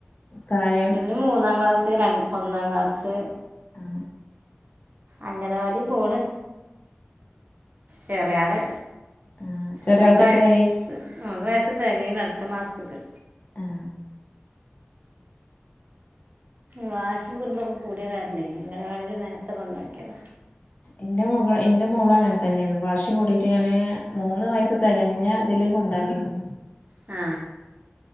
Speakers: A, on the left; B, on the right.
A: താഴെ
B: പിന്നെ മൂന്നാം ക്ലാസ് ര ഒന്നാം ക്ലാസ്
A: ആ
B: അംഗനവാടി പോണ് ചെറിയാള്.
A: ആ ചെറിയ
B: മൂന്ന്
A: ആൾക്ക്
B: വയസ്
A: എത്രയായി
B: മൂന്ന് വയസ് തെകേണ് അടുത്ത മാസത്തക്ക്.
A: ആ
B: വാശി കുറുമ്പൊക്കെ കൂടിയ കാരണെ അംഗനവാടില് നേർത്തക്കൊണ്ടാക്കിയത.
A: എന്റെ മോകൾ എന്റെ മോളങ്ങനെ തന്നെണ് വാശി കൂടിയിട്ട് ഞാന് മൂന്ന് വയസ് തെകഞ്ഞതില് കൊ താക്കിക്കൊ
B: ആ